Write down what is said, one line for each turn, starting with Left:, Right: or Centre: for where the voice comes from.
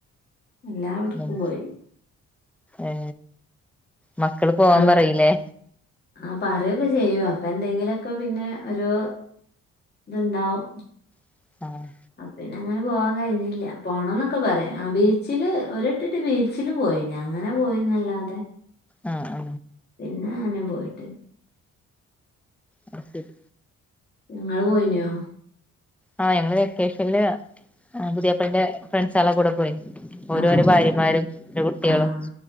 Left: അല്ലാ ഒട്ക്കും
Centre: ഉം
Left: പോയി
Centre: ഏ മക്കള് പോവാൻ
Left: ഇങ്ങളും
Centre: പറീല്ലേ
Left: ആ പറിക്കെ ചെയ്യും അപ്പ എന്തെങ്കിലോക്കെ പിന്നെ ഒരു ത് ഇണ്ടാവും
Centre: <unintelligible>
Left: അ പിന്നെങ്ങനെ പോവാൻ കഴിഞ്ഞില്ല പോണംന്നൊക്കെ പറിം ആ ബീച്ച്ല് ഒരുവട്ടറ്റെ ബീച്ചില് പോഴിനി അങ്ങനെ പോയീന്നല്ലാതെ
Centre: ആ ആ
Left: പിന്നെ <unintelligible> പോയിട്ടില്ല
Centre: അത് ശരി
Left: നിങ്ങള് പോയിനോ
Centre: ആ ഞങ്ങള് വെക്കേഷല്ല് പുതിയാപ്പൾന്റെ ഫ്രണ്ട്‌സാളെ കൂടെ പോയി ഓരും
Left: ആഹ്
Centre: ഒരെ ഭാര്യമാരും കുട്ടിയാളും
Left: ആഹ്